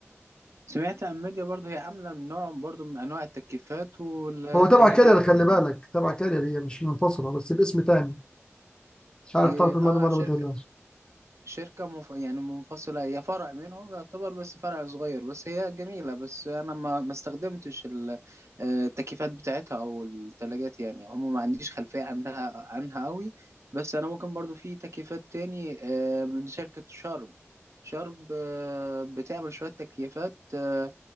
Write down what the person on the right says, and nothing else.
سمعت عن ميديا برضو هي عاملة نوع برضو من انواع التكييفات والثلاجات
يعني
اه
آه، شركة
شركة مف... يعني منفصلة هي فرع منهم يعتبر بس فرع صغير بس هي جميلة بس أنا ما ما استخدمتش ال- آه، التكييفات بتاعتها أو التلاجات يعني عموما ما عنديش خلفية عنها عنها أوي بس أنا ممكن برضو في تكييفات تاني آه، من شركة شارب شارب آه، بتعمل شوية تكييفات آه،